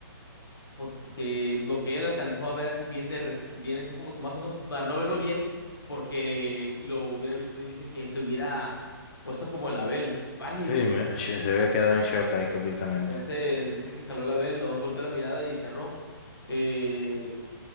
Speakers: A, on the left (about 75°); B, on the left (about 30°).
A: pues, que lo que él alcanzó a ver así bien, de, re- bien así como que más o menos, para no verlo bien, porque si lo hubiera visto bien, dice que se hubiera puesto como el Abel, pálido.
B: Sí, me- se se había quedado en shock ahí completamente.
A: Entonces dice que jaló el Abel, nos volteó la mirada y cerró. Eh,